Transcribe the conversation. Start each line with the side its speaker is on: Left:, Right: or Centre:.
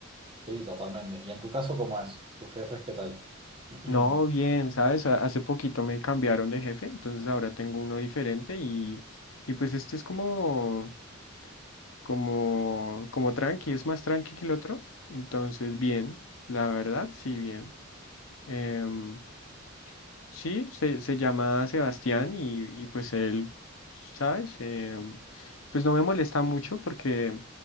Right: Sí, totalmente. ¿Y en tu caso cómo es? ¿Tus jefes qué tal?
Left: No,
Right: <clears throat>
Left: bien, ¿sabes? Ha- Hace poquito me cambiaron de jefe, entonces ahora tengo uno diferente y, y pues este es como, como, como tranqui, es más tranqui que el otro. Entonces, bien, la verdad, sí, bien. Em, Sí, se, se llama Sebastián y, y pues él, ¿sabes? Eh, pues no me molesta mucho porque